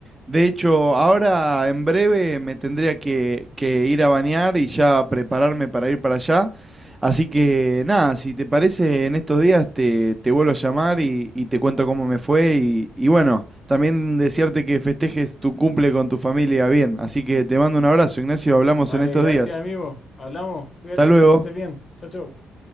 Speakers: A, on the right (about 20°); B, on the left (about 30°).
A: de hecho, ahora en breve me tendría que, que ir a bañar y ya prepararme para ir para allá. Así que nada, si te parece, en estos días te, te vuelvo a llamar y, y te cuento cómo me fue. Y, y bueno, también desearte que festejes tu cumple con tu familia bien. Así que te mando un abrazo, Ignacio. Hablamos
B: Vale,
A: en estos
B: gracias,
A: días.
B: amigo. Hablamos, cuídate,
A: Hasta luego.
B: que estés bien. Chao, chao.